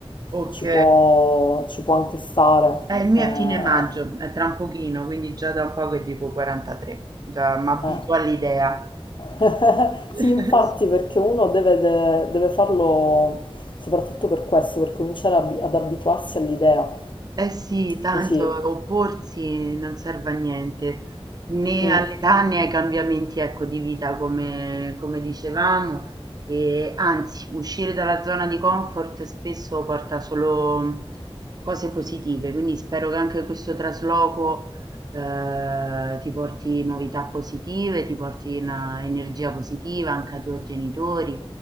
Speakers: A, on the right; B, on the left.
A: Ok.
B: ci può, ci può anche stare.
A: Eh, il mio
B: Eh,
A: è fine maggio, è tra un pochino, quindi già da un po' che dico 43, già m'abituo
B: eh.
A: all'idea.
B: <laughs>
A: <laughs>
B: Sì, infatti, perché uno deve, de- deve farlo soprattutto per questo, per cominciare a- ad abituarsi all'idea.
A: Eh sì, tanto
B: Così.
A: opporsi non serve a niente, né
B: mm.
A: all'età né ai cambiamenti, ecco, di vita, come, come dicevamo, e anzi, uscire dalla zona di comfort spesso porta solo mm, cose positive, quindi spero che anche questo trasloco eh, ti porti novità positive, ti porti una energia positiva anche ai tuoi genitori,